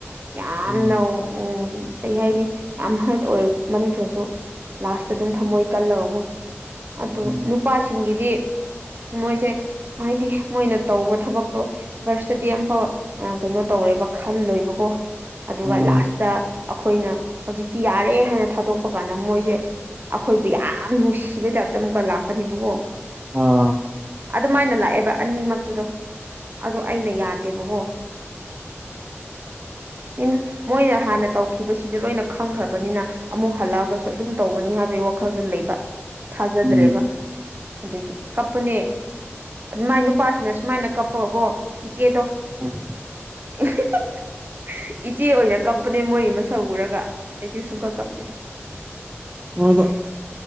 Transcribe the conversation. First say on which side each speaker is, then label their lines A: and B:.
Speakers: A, on the right; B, on the right.
A: ꯌꯥꯝꯅ
B: ꯎꯝ
A: ꯎꯝ ꯀꯩ ꯍꯥꯏꯅꯤ ꯌꯥꯝ ꯍꯔꯠ ꯑꯣꯏꯃꯟꯈ꯭ꯔꯁꯨ ꯂꯥꯁ ꯑꯗꯨꯝ ꯊꯝꯃꯣꯏ ꯀꯜꯂꯒꯀꯣ ꯑꯗꯣ
B: ꯎꯝ
A: ꯅꯨꯄꯥꯁꯤꯡꯒꯤꯗꯤ ꯃꯣꯏꯁꯦ ꯍꯥꯏꯗꯤ ꯃꯣꯏꯅ ꯇꯧꯕ ꯊꯕꯛꯇꯣ ꯚꯔꯁꯇꯗꯤ ꯑꯃꯝꯐꯥꯎ ꯀꯩꯅꯣ ꯇꯧꯔꯣꯏꯕ ꯈꯜꯂꯣꯏꯕꯀꯣ ꯑꯗꯨꯒ
B: ꯎꯝ
A: ꯂꯥꯁꯇ ꯑꯈꯣꯏꯅ ꯍꯧꯖꯤꯛꯇꯤ ꯌꯥꯔꯦ ꯍꯥꯏꯅ ꯊꯥꯗꯣꯛꯄ ꯀꯥꯟꯗ ꯃꯣꯏꯁꯦ ꯑꯩꯈꯣꯏꯕꯨ ꯌꯥꯝ ꯅꯨꯡꯁꯤꯕꯩ ꯇꯥꯏꯞꯇ ꯑꯃꯨꯛꯀ ꯂꯥꯛꯀꯅꯤꯕꯀꯣ
B: ꯑꯥ
A: ꯑꯗꯨꯃꯥꯏꯅ ꯂꯥꯛꯑꯦꯕ ꯑꯅꯤꯃꯛꯇꯨꯗꯣ ꯑꯗꯣ ꯑꯩꯅ ꯌꯥꯗꯦꯕꯀꯣ ꯃꯤꯟꯁ ꯃꯣꯏꯅ ꯍꯥꯟꯅ ꯇꯧꯈꯤꯕꯁꯤꯡꯗꯨ ꯂꯣꯏꯅ ꯈꯪꯈ꯭ꯔꯕꯅꯤꯅ ꯑꯃꯨꯛ ꯍꯜꯂꯛꯑꯒꯁꯨ ꯑꯗꯨꯝ ꯇꯧꯒꯅꯤ ꯍꯥꯏꯕ ꯋꯥꯈꯜꯗꯨ ꯂꯩꯕ ꯊꯥꯖꯗ꯭ꯔꯦꯕ
B: ꯎꯝ
A: ꯑꯗꯒꯤ ꯀꯞꯄꯅꯦ ꯃꯥꯏ ꯅꯨꯄꯥꯁꯤꯅ ꯁꯨꯃꯥꯏꯅ ꯀꯞꯄꯒꯀꯣ ꯏꯆꯦꯗꯣ
B: ꯎꯝ
A: <unintelligible> ꯏꯍꯤꯍꯤꯍꯤ ꯏꯆꯦ ꯑꯣꯏꯅ ꯀꯞꯄꯅꯦ ꯃꯣꯏꯒꯤ ꯃꯁꯛ ꯎꯔꯒ ꯑꯩꯗꯤ ꯁꯨꯡꯀꯞ ꯀꯞꯇꯦ
B: ꯃꯣꯏꯗ